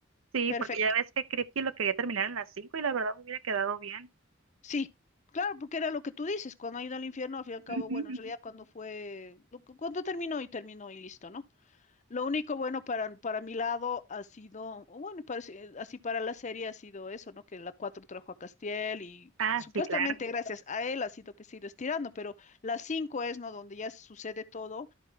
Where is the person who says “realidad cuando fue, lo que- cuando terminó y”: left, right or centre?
Left